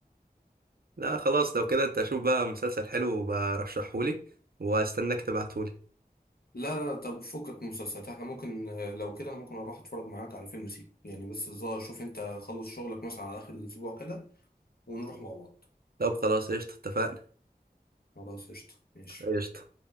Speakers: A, on the right (about 70°); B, on the left (about 70°).
A: لا خلاص لو كده انت اشوف بقى مسلسل حلو وبرشحهولي واستناك تبعتهولي
B: لا لا، طب فكك مسلسلات احنا ممكن آه، لو كده انا ممكن اروح اتفرج معاك على فيلم سيكو يعني بس الظاهر شوف انت خلص شغلك مثلا على اخر الاسبوع كده ونروح مع بعض
A: طب خلاص قشطة اتفقنا
B: خلاص قشطة ماشي
A: قشطة